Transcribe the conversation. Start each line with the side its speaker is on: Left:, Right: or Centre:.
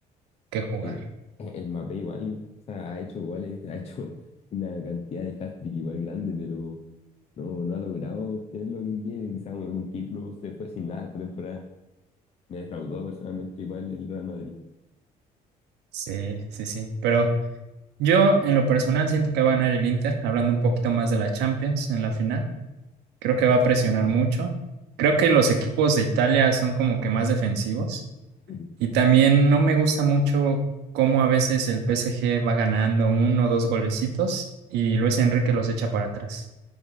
Right: que jugar.
Left: eh, e-, el Mbappé igual, o sea, ha hecho goles, <laughs> ha hecho una cantidad de hat-trick igual grande, pero no, no ha logrado obtener lo que quiere, quizás algún título, se fue sin nada esta temporada. Me defraudó personalmente igual el Real Madrid.
Right: Sí, sí, sí. Pero yo en lo personal siento que va a ganar el Inter, hablando un poquito más de la Champions en la final. Creo que va a presionar mucho. Creo que los equipos de Italia son como que más defensivos
Left: Ujú.
Right: Y también no me gusta mucho cómo a veces el PSG va ganando uno o dos golecitos y Luis Enrique los echa para atrás.